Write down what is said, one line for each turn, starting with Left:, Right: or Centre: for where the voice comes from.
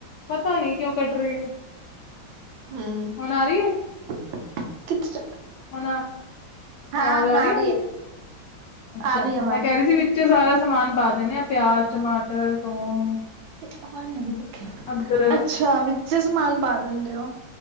Left: ਪਤਾ ਨੀਂ ਕਿਓਂ ਕੱਟ ਰਈ ਐ?
Right: ਹਮ
Left: ਹੁਣ ਆ ਰੀ ਐ?
Right: <unintelligible>
Left: ਹੁਣ ਆਵਾਜ
Right: ਹਾਂ
Left: ਆਰੀ
Right: ਆ
Left: ਏ
Right: ਰਹੀ
Left: ਹੁਣ
Right: ਹੈ
Left: ਅੱਛਾ-ਅੱਛਾ
Right: ਆ ਰਹੀ ਆਵਾਜ਼
Left: ਮੈਂ ਕੈਰੀ ਸੀ ਬੀ ਵਿੱਚੇ ਸਾਰਾ ਸਮਾਨ ਪਾ ਦਿੰਨੇ ਆਂ ਪਿਆਜ, ਟਮਾਟਰ, ਥੋਮ
Right: ਤੇ ਅਵਾਨੀਆਂ ਦੇ ਪੱਖੇ ਨ
Left: ਅੰਦਰ
Right: ਅੱਛਾ, ਵਿੱਚੇ ਸਮਾਨ ਪਾ ਦਿੰਦੇ ਓ?